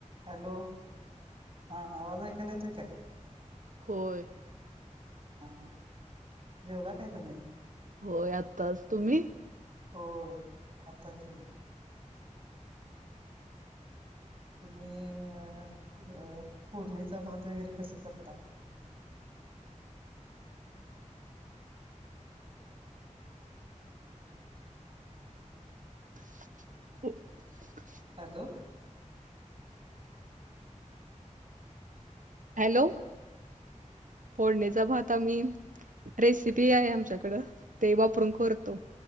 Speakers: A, on the right (about 45°); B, on the right (about 85°).
A: Hello हां आवाज ऐकायला येतोय काय?
B: होय.
A: हा हा जेवला काय तुम्ही?
B: होय आत्ताच. तुम्ही?
A: होय आत्ताच जेवले. तुम्ही अ ब फोडणीचा भात वगैरे कसं करता?
B: <unintelligible>
A: हॅलो
B: हॅलो
A: हा
B: फोडणीचा भात आम्ही रेसिपी आहे आमच्याकडं ते वापरून करतो.